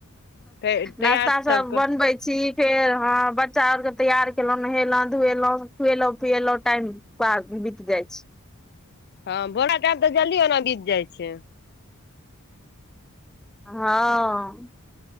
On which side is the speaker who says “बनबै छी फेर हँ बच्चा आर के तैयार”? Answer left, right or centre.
Centre